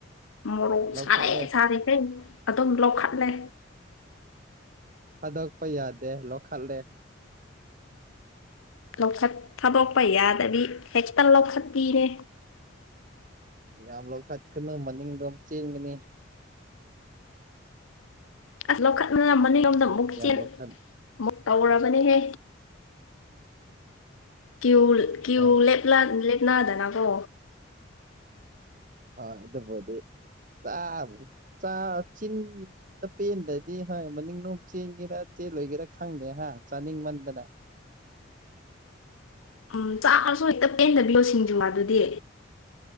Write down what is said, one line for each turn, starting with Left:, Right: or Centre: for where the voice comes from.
Left: ꯃꯣꯔꯣꯛ
Right: ꯂꯧꯈꯠꯂꯦ
Left: ꯁꯥꯔꯦ ꯁꯥꯔꯤꯈꯩ ꯑꯗꯨꯝ ꯂꯧꯈꯠꯂꯦ
Right: ꯊꯥꯗꯣꯛꯄ ꯌꯥꯗꯦ ꯂꯣꯈꯜꯂꯦ
Left: ꯂꯧꯈꯠ ꯊꯥꯗꯣꯛꯄ ꯌꯥꯗꯕꯤ ꯍꯦꯛꯇ ꯂꯧꯈꯠꯄꯤꯅꯦ꯫
Right: ꯌꯥꯝ ꯂꯧ ꯈꯠꯀꯅꯨ ꯃꯅꯤꯡꯗꯣ ꯆꯦꯟꯒꯅꯤ꯫
Left: ꯑꯁ ꯂꯧꯈꯠꯅꯅ ꯃꯅꯤꯡꯔꯣꯝꯗ ꯑꯃꯨꯛ ꯆꯦꯟ
Right: ꯌꯥꯝ ꯂꯧꯈꯠ
Left: ꯑꯃꯨꯛ ꯇꯧꯔꯕꯅꯦꯍꯦ꯫ ꯀ꯭ꯌꯨ ꯀ꯭ꯌꯨ
Right: ꯍꯣꯏ
Left: ꯂꯦꯞꯂ ꯂꯦꯞꯅꯗꯅꯀꯣ꯫
Right: ꯍꯣꯏ ꯑꯗꯨꯕꯨꯗꯤ ꯆꯥ ꯆꯥ ꯆꯤꯟ ꯑ ꯄꯦꯟꯗꯗꯤ ꯍꯣꯏ ꯃꯅꯤꯡ ꯂꯣꯝ ꯆꯦꯟꯒꯦꯔꯥ ꯆꯦꯜꯂꯣꯏꯒꯦꯔꯥ ꯈꯪꯗꯦ ꯍꯥ ꯆꯥꯅꯤꯡꯃꯟꯗꯅ꯫
Left: ꯎꯝ ꯆꯥꯔꯁꯨ ꯍꯦꯛꯇ ꯄꯦꯟꯗꯕꯤꯌꯣ ꯁꯤꯡꯖꯨꯒꯥ ꯑꯗꯨꯗꯤ꯫